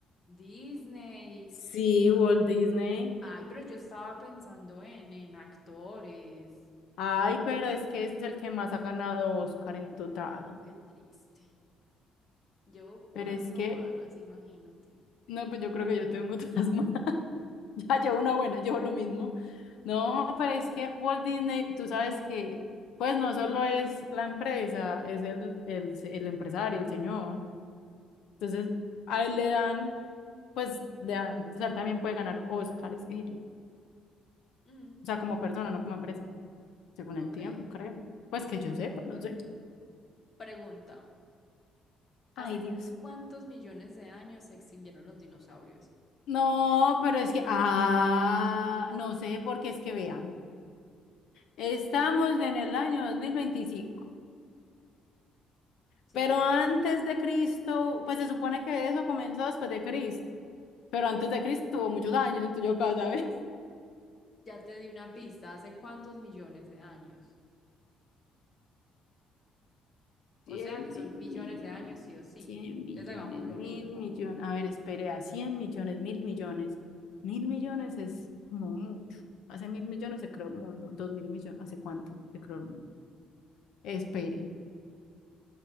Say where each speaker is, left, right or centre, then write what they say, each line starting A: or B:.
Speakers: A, on the left (about 35°); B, on the left (about 75°).
A: Disney.
B: Sí, Walt Disney.
A: Ay, pero yo estaba pensando en, en actores.
B: Ay, pero es que es el que más ha ganado Oscar en total.
A: Ay, qué triste. Llevo cuatro
B: Pero es que,
A: malas, imagínate.
B: no, pues yo creo que yo tengo otras más. <laughs> Ya llevo una buena, llevo lo mismo. No, pero es que Walt Disney, tú sabes que, pues no solo es la empresa, es el, el, se- el empresario, el señor. Entonces, a él le dan, pues le dan, o sea, él también puede ganar Oscars, él.
A: Mm,
B: O sea, como persona, no como empresa, según
A: ok.
B: entiendo, creo. Pues que yo sepa, no sé.
A: Pregunta. ¿Hace
B: Ay, Dios.
A: cuántos millones de años se extinguieron los dinosaurios?
B: No, pero es que, ah, no sé, porque es que vean, estamos en el año 2025,
A: Sí,
B: pero antes de Cristo, pues se supone que eso comenzó después de Cristo, pero antes de Cristo hubo muchos años, entonces yo acá, ¿sabes?
A: ya te di una pista. ¿Hace cuántos millones de años?
B: 100
A: O sea que son
B: <laughs> mil,
A: millones
B: mil-
A: de años sí o sí.
B: 100 millones,
A: Entonces hagamos lo
B: mil
A: mismo.
B: millones, a ver, espere, a 100 millones, mil millones, mil millones es como mucho, hace mil millones se creó el mundo, dos mil millones, ¿hace cuánto se creó el mundo? Espere.